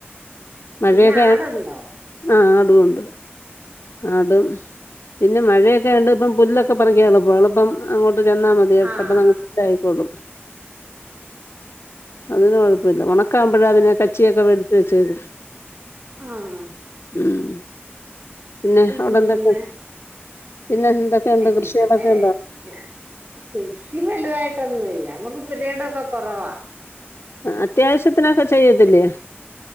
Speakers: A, on the left; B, on the right.
A: മഴയൊക്കെ
B: പിന്നെ ആടുണ്ടോ
A: ആ ആ ടുവുണ്ട് ആ ടും പിന്നെ മഴയൊണ്ട് ഇപ്പം പുല്ലൊക്കെ പറിക്ക എളുപ്പം എളുപ്പം അങ്ങോട്ട് ചെന്നാൽ മതി. അത്
B: ആഹ്
A: പെ ട്ടന്നങ് പുല്ല് ആയിക്കോളും അതിന് കു ഴപ്പില്ല. ഓണ ക്കാമ്ബലാ പിന്നെഅതിനെ കച്ചിയൊക്കെ വെടുച്ചു വെച്ചത്
B: ആഹ്
A: ഉം പിന്നെ
B: പിന്നെ
A: അവിടെ എന്തൊക്കെ പിന്നെ എന്തൊക്കെയുണ്ട് കൃഷികടളോ
B: ഇവിടെ
A: ക്കെ ഉണ്ടോ?
B: കൃഷി വലുതായിട്ടൊന്നുമല്ല നമ്മുക്ക് പു രയിടക്കെ കുറവാ
A: അത്യാവശ്യത്തിനൊക്കെ ചെയ്യതില്ലേ